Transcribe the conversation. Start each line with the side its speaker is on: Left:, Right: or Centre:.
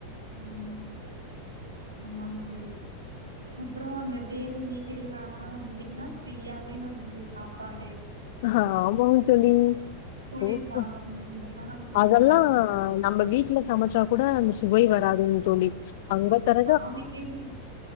Right: உம் ஆமாங் தோழி அப்றோ அந்த தேரு திருவிழால வந்துட்டீங்கனா ஃப்ரீயாவே நமக்கு சாப்பாடு
Left: அஹ ஆமாங் தோழி
Right: குளிர்பானம்
Left: தூக்கம்
Right: இதெல்லா நமக்கு
Left: அதெல்லா
Right: தருவாங்க தோழி
Left: நம்ம வீட்ல சமைச்சா கூட அந்த சுவை வராதுங் தோழி அங்க தர
Right: சாமிக்கின்